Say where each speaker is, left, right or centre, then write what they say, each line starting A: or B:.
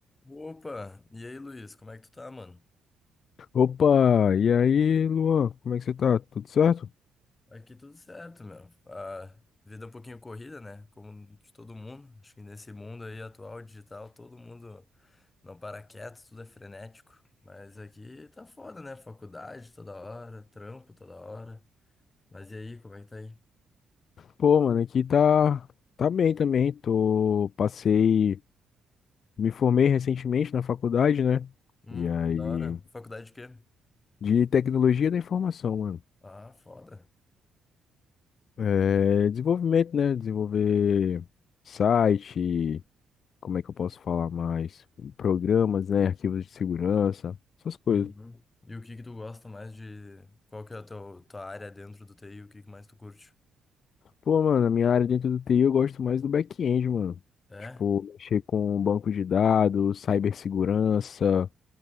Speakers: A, on the left; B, on the left.
A: Opa! E aí, Luiz, como é que tu tá, mano?
B: Opa, e aí, Luan, como é que você tá? Tudo certo?
A: Aqui tudo certo, meu. A vida é um pouquinho corrida, né? Como de todo mundo. Acho que nesse mundo aí atual, digital, todo mundo não para quieto, tudo é frenético. Mas aqui tá foda, né? Faculdade toda hora, trampo toda hora. Mas e aí, como é que tá aí?
B: Pô, mano, aqui tá, tá bem também. Tô, passei, me formei recentemente na faculdade, né?
A: Hum,
B: E aí,
A: que da hora. Faculdade de quê?
B: de tecnologia da informação, mano.
A: Ah, foda.
B: É, desenvolvimento, né? Desenvolver site, como é que eu posso falar mais? Programas, né? Arquivos de segurança, essas coisas.
A: Uhum. E o que que tu gosta mais de... Qual que é a tua, tua área dentro do TI? O que que mais tu curte?
B: Pô, mano, a minha área dentro do TI eu gosto mais do back-end, mano.
A: É?
B: Tipo, mexer com banco de dados, cibersegurança,